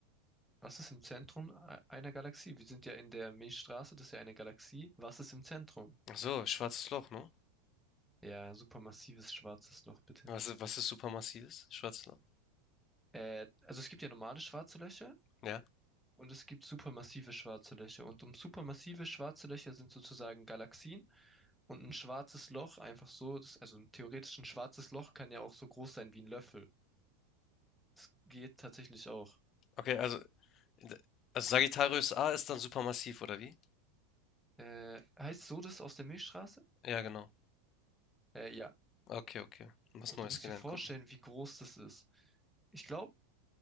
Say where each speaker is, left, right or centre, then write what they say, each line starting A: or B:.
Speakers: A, in the centre; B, on the left.
A: Was ist im Zentrum e- einer Galaxie? Wir sind ja in der Milchstraße, das ist ja eine Galaxie. Was ist im Zentrum?
B: Ach so, schwarzes Loch, ne?
A: Ja, supermassives schwarzes Loch, bitte.
B: Was ist, was ist supermassives? Schwarzes Loch?
A: Äh, also es gibt ja normale schwarze Löcher
B: Ja.
A: und es gibt supermassive schwarze Löcher. Und um supermassive schwarze Löcher sind sozusagen Galaxien. Und ein schwarzes Loch einfach so, das, also ein theoretisch ein schwarzes Loch kann ja auch so groß sein wie ein Löffel. Es geht tatsächlich auch.
B: Okay, also, d- also Sagittarius A ist dann supermassiv, oder wie?
A: Äh, heißt so das aus der Milchstraße?
B: Ja, genau.
A: Äh, ja.
B: Okay, okay. Was
A: Und
B: Neues
A: du musst
B: gelernt,
A: dir vorstellen,
B: guck mal.
A: wie groß das ist. Ich glaube,